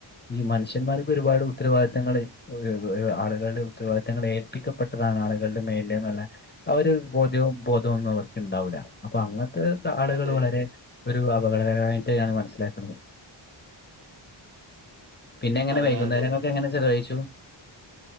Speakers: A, on the left; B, on the right.
A: ഈ മനുഷ്യന്മാർക്ക് ഒരുപാട് ഉത്തരവാദിത്തങ്ങൾ. ഓരോ ആളുകളുടെ ഉത്തരവാദിത്തങ്ങൾ ഏൽപ്പിക്കപ്പെട്ടതാണ് ആളുകളുടെ മേൽ ല് എന്നുള് ആ ഒരു ബോധ്യവും ബോധമൊന്നും അവർക്ക് ഉണ്ടാവൂല്ല അപ്പൊ അങ്ങനത്തെ. ആളുകള്
B: അതെ
A: വളരെ ഒരു അപകടകരമായിട്ടാണ് മനസ്സിലാക്കുന്നത്. പിന്നെ എങ്ങനെ
B: അതെ
A: വൈകുനേരങ്ങളൊക്കെ
B: അതെ
A: എങ്ങനെ ചെലവഴിച്ചു.